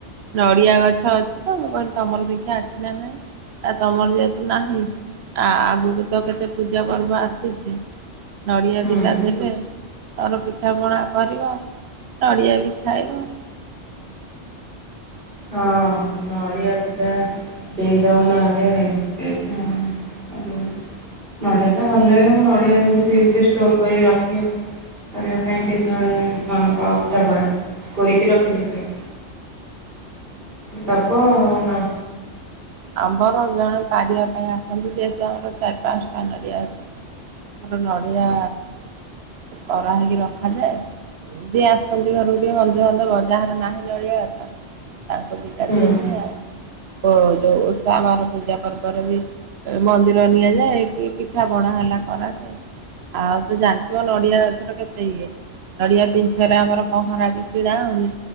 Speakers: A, on the right; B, on the right.
A: ନଡିଆ ଗଛ ଅଛି ତ ମୁଁ କହିଲି ତମର ଦେଖିଆ ଅଛି ନା ନାଇଁ। ଆ ତମର ଯେହେତୁ ନାହିଁ ଆ ଆଗକୁ ତ କେତେ ପୂଜା ପର୍ବ ଆସୁଛି। ନଡ଼ିଆ
B: ହୁଁ।
A: ଦିଟା ଦେଲେ ତର ପିଠା ପଣା କରିବ ନଡ଼ିଆ ବି ଖାଇବ।
B: ହଁ ନଡ଼ିଆ ଦିଟା ଦେଇଦବ ନହେଲେ ଏଇଠି ନଡ଼ିଆ ତ ଭଲ ଲାଗେ ମୁଁ ନଡ଼ିଆ ଏମିତି ଫ୍ରିଜରେ ଷ୍ଟୋର୍ କରିକି ରଖେ। କରିବା ପାଇଁ କେତେବେଳେ କଣ ପାଉ ପିଠାପଣା କୋରିକି ରଖିଦେଇଥାଏ। ଦବ ନ
A: ଆମର ଜଣେ ପାରିବା ପାଇଁ ଆସନ୍ତି ଯେହେତୁ ଆମର ଚାରି ପାଞ୍ଚଟା ନଡିଆ ଅଛି। ଆମର ନଡ଼ିଆ ପରା ହେଇକି ରଖାଯାଏ। ଏ ଯ ଆସନ୍ତି ଘରକୁ ଟିକେ ବନ୍ଧୁବାନ୍ଧବ ଯାହାର ନାହିଁ ଜଳିଆ ଗଛ ତାଙ୍କୁ ଦିଟା
B: ହୁଁ
A: ଦିଆଯାଏ
B: ହୁଁ ହୁଁ
A: ଆଉ ଯୋଉ ଉଷା ବାର ପୂଜା ପର୍ବରେ ବି ମନ୍ଦିର ନିଆଯାଏ କି ପିଠା ପଣା ହେଲେ କରାଯାଏ। ଆଉ ତ ଜାଣିଥିବ ନଡିଆ ଗଛର କେତେ ଇଏ? ନଡିଆ ପିଛୁଆରେ ଆମର ପହଁରାଗି କିଣା ହଉନି?